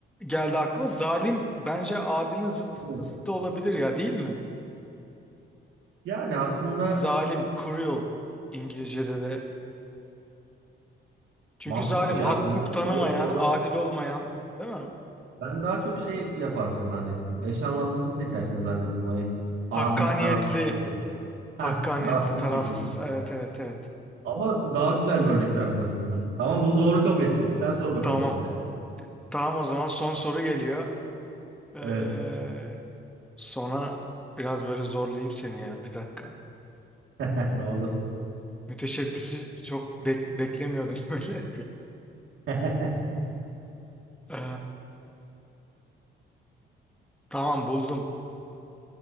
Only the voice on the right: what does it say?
Evet.
Yani aslında
mantıklı
ya.
Bence
doğru doğru.
Ben daha çok şey yaparsın zannettim. Eşanlanmasını seçersin zannettim. Hani
adil, tarafsız ya böyle.
Ha, tarafsız
gibi.
Ama daha güzel bir örnek verdin aslında. Tamam bunu doğru kabul ettim. Sen sor bakalım
şimdi.
Evet.
<laughs> Olur.
<laughs>